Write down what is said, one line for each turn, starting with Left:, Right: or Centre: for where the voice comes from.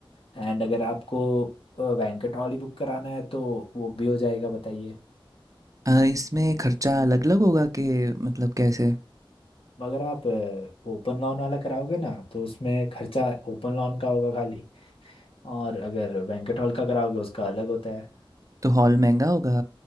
Left: एंड अगर आपको बैंकेट हॉल ही बुक कराना है तो वो भी हो जाएगा बताइए
Right: अ, इसमें खर्चा अलग अलग होगा कि मतलब कैसे
Left: मगर आप ओपन लॉन वाला कराओगे ना तो उसमें खर्चा ओपन लॉन का होगा खाली और अगर बैंकेट हॉल का कराओगे उसका अलग होता है
Right: तो हॉल महंगा होगा